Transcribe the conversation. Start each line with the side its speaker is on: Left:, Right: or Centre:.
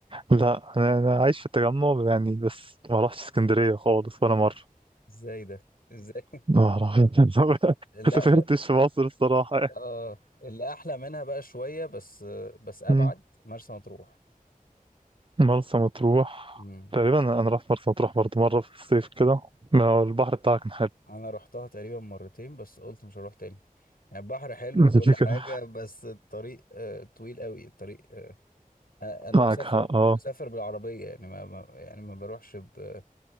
Right: لا انا أنا عايش في التجمع يعني بس ما رحتش اسكندرية خالص ولا مرة
Left: <laughs> ازاي ده ازاي
Right: ما اعرف <laughs> ما
Left: <laughs> لا
Right: سافرتش
Left: ده
Right: في مصر الصراحة
Left: اه اللي احلى منها بقى شويه بس بس ابعد
Right: مم.
Left: مرسى مطروح
Right: مرسى مطروح
Left: امم
Right: تقريبا انا رحت مرسى مطروح برضه مره في الصيف كده ما هو البحر بتاعها كان حلو
Left: انا رحتها تقريبا مرتين بس قلت مش هروح تاني يعني البحر حلو
Right: <laughs>
Left: وكل
Right: دي
Left: حاجه
Right: كده
Left: بس الطريق آه، طويل قوي الطريق آه، انا أنا
Right: معك
Left: بسافر
Right: حق اه
Left: بسافر بالعربيه يعني ما ما- يعني ما بروحش ب-